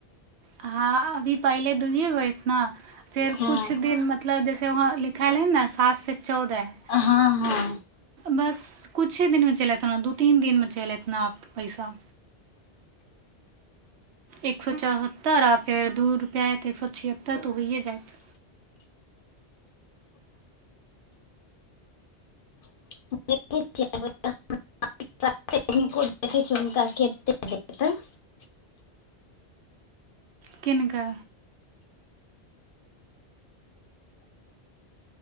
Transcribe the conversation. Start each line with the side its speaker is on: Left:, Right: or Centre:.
Right: हँ अभी पहिले दुूहिए ग न फेर
Left: हँ
Right: कुछ दिन मतलब जैसे वहाँं लिखाल है न खास चौदह
Left: हँ हँ
Right: बस कछुे दिनमे चल एत ने दू तीन दिनमे चल एतना आप पैसा एक सए चहत तरा फेर दू रुपैआ त एक स छिहत्तर तऽ होइए जायत
Left: हुनको देखैत छिय हुनका कतेक देत
Right: किननका